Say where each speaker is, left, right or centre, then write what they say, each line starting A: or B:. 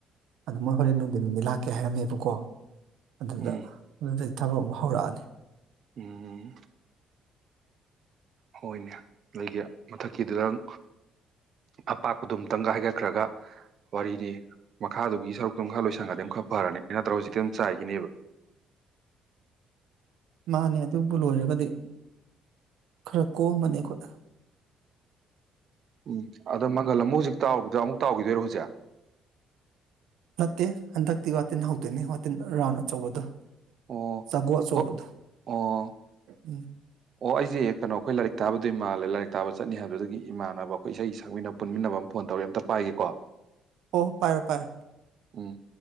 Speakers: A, on the right (about 80°); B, on the right (about 45°).
A: ꯑꯗꯨ ꯃꯣꯏ ꯍꯣꯔꯂꯦꯟ ꯅꯨꯡꯗꯤꯟ ꯅꯨꯡꯗꯤ ꯂꯥꯛꯀꯦ ꯍꯥꯏꯔꯝꯃꯦꯕꯀꯣ ꯑꯗꯨꯗ
B: ꯎꯝ
A: ꯑꯗꯨꯗꯩ ꯊꯕꯛ ꯑꯃ ꯍꯧꯔꯛꯑꯅꯤ
B: ꯎꯝ ꯍꯣꯏꯅꯦ ꯅꯣꯏꯒꯤ ꯃꯊꯛꯀꯤꯗꯨꯗꯪ ꯑꯄꯥꯛꯄꯗꯣ ꯑꯨꯇꯪꯒ ꯍꯥꯏꯒꯠꯈ꯭ꯔꯒ ꯋꯥꯔꯤꯅꯤ ꯃꯈꯥꯗꯨꯒꯤ ꯁꯔꯨꯛꯇꯨ ꯃꯈꯥ ꯂꯣꯏꯁꯪꯉꯗꯤ ꯑꯃ ꯈꯔ ꯐꯔꯅꯤ ꯅꯠꯇ꯭ꯔꯒ ꯍꯧꯖꯤꯛꯇꯤ ꯑꯗꯨꯝ ꯆꯥꯏꯒꯤꯅꯦꯕ
A: ꯃꯥꯅꯦ ꯑꯗꯨꯕꯨ ꯂꯣꯏꯔꯒꯗꯤ ꯈꯔ ꯀꯣꯝꯕꯅꯤ ꯑꯩꯈꯣꯏ
B: ꯎꯝ ꯑꯗꯣ ꯃꯪꯒꯜ ꯑꯃꯨꯛ ꯍꯧꯖꯤꯛ ꯇꯥꯎꯔꯕꯗ꯭ꯔꯥ ꯑꯃꯨꯛ ꯇꯥꯎꯈꯤꯗꯣꯏꯔꯣ ꯍꯧꯖꯤꯛ
A: ꯅꯠꯇꯦ ꯍꯟꯗꯛꯇꯤ ꯋꯥꯇꯤꯟ ꯍꯧꯗꯣꯏꯅꯤ ꯋꯥꯇꯤꯟ ꯔꯥꯎꯟ ꯑꯆꯧꯕꯗꯣ
B: ꯑꯣ
A: ꯆꯒꯣ ꯑꯥꯆꯧꯕꯗꯨ
B: ꯍꯣ ꯑꯣ
A: ꯎꯝ
B: ꯑꯣ ꯑꯩꯁꯦ ꯀꯩꯅꯣ ꯑꯩꯈꯣꯏ ꯂꯥꯏꯔꯤꯛ ꯇꯥꯕꯗꯣꯏ ꯃꯥꯜꯂꯦ ꯂꯥꯏꯔꯤꯛ ꯇꯥꯕ ꯆꯠꯅꯤ ꯍꯥꯏꯕꯗꯨꯗꯒꯤ ꯏꯃꯥꯟꯅꯕ ꯑꯩꯈꯣꯏ ꯏꯁꯩ ꯁꯛꯃꯤꯟꯅ ꯄꯨꯟꯃꯤꯟꯅꯕ ꯑꯃ ꯐꯣꯟ ꯇꯧꯔꯦ ꯑꯝꯇ ꯄꯥꯏꯒꯦꯀꯣ
A: ꯑꯣ ꯄꯥꯏꯔꯣ ꯄꯥꯏ
B: ꯎꯝ